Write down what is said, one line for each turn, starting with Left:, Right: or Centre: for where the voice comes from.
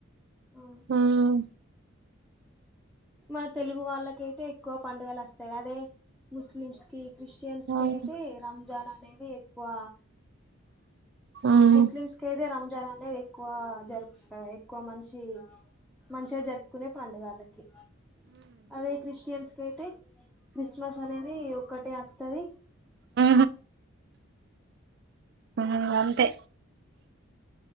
Centre: ఆ
Right: ఉమ్
Centre: మన తెలుగు వాళ్ళకైతే ఎక్కువ పండుగలు వస్తాయి అదే ముస్లిమ్స్ కి క్రిస్టియన్స్
Right: ఉమ్
Centre: కి అయితే రంజాన్ నది ఎక్కువ
Right: ఉమ్
Centre: ముస్లిమ్స్ కద రజ జనానే ఎక్కువ జరుపు ఎక్కువ మనిషి ఇ మంచిగా జరుపుకునే పండుగలకి అదే క్రిస్టియన్స్ క అయితే క్రిస్మస్ అనేది ఒక్కటే తది
Right: ఆ ఉ అంతే